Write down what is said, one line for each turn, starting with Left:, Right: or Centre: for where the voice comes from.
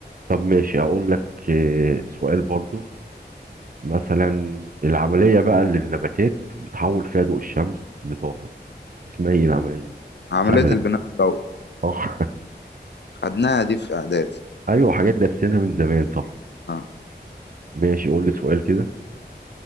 Right: طب ماشي هقول لك آه، سؤال برضو مثلا العملية بقى اللي النباتات بتحول فيها ضوء الشمس لطاقة اسمها ايه العملية دي؟
Left: عملية
Right: سهلة
Left: البناء الضوئي
Right: صح
Left: خدناها دي في إعدادي
Right: <laughs> ايوه حاجات دارسينها من زمان صح
Left: آه.
Right: ماشي قول لي سؤال كده